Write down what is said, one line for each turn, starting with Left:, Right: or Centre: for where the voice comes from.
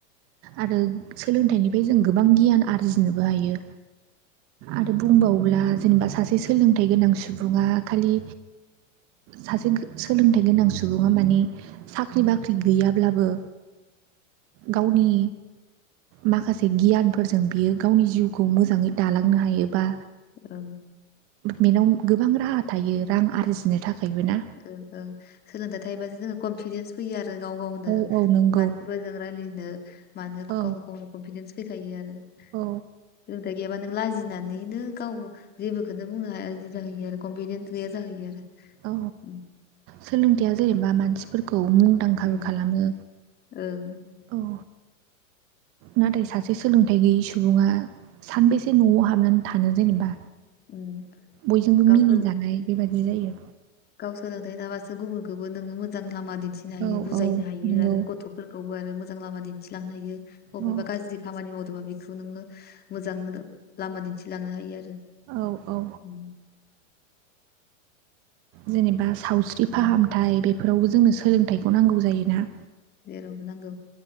Right: आरो सोलोंथाइनिफ्राय जों गोबां गियान आरजिनोबो हायो। आरो बुंबावोब्ला जेनेबा सासे सोलोंथाइ गोनां सुबुंङा खालि सासे सोलोंथाइ गोनां सुबुंङा माने साख्रि बाख्रि गैयाब्लाबो गावनि माखासे गियानफोरजों बियो गावनि जिउखौ मोजांङै दालांनो हायोबा
Left: औ
Right: बेनाव गोबां राहा थायो रां आरजिनो थाखायबो ना
Left: ओं सोलोंथाइ थायोबासो जोंङो कनफिडेन्स फैयो आरो गाव गावनो
Right: औ औ नंगौ
Left: मानसिफोरजों नो मानो
Right: औ
Left: गाव गावनो
Right: औ
Left: <unintelligible> <unintelligible> गैयाबा नों लाजिनो होननानैनो गाव जेबोखौननो बुंनो हाया रोंङै जाहैयो आरो कनफिदेन्स गैया जाहैयो आरो
Right: औ
Left: ओं
Right: सोलोंथाया जेनेबा मानसि फोरखौ मुंदांखाबो
Left: ओं
Right: खालामो
Left: ओं
Right: औ नाथाय सासे सोलोंथाइ गैयि सुबुंङा सानबेसे न'आव हाबनानै थानो जेनेबा
Left: ओं
Right: बयजोंबो
Left: गाव
Right: मिनिजानाय बेबायदि जायो
Left: गाव सोलोंथाइ थाबासो गुबुनखौबो नोंङो मोजां लामा लामा दिन्थिनो हायो
Right: औ
Left: बुजायनो
Right: औ
Left: हायो
Right: नंगौ
Left: आरो गथ'फोरखौबो आरो मोजां लामा दिन्थिलांनो हायो बबेबा
Right: औ
Left: गाज्रि खामानि मावदोंबा बेखौ नोंङो मोजां लामा दिन्थिलांनो हायो आरो
Right: औ - औ
Left: उम,
Right: जेनेबा सावस्रि
Left: उम,
Right: फाहामथाय बेफोरावबो जोंनो सोलोंथायाइखौ नांगौ जायोना
Left: औ नागौ